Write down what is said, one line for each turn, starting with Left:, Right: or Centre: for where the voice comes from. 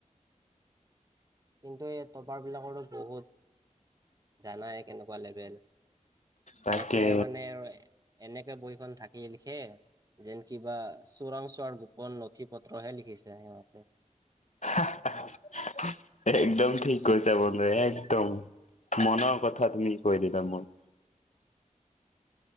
Right: কিন্তু এই টপাৰ বিলাকৰো বহুত, জানাই কেনেকুৱা লেভেল। সিহঁতে
Left: তাকে
Right: মানে আৰু এনেকে বহিখন ধাকি লিখে। যেন কিবা চোৰাং চোৱাৰ গোপন নথি পত্ৰহে লিখিছে সিহঁতে।
Left: <unintelligible> একদম ঠিক কৈছা বন্ধু, একদম মনৰ কথা তুমি কৈ দিলা মোক।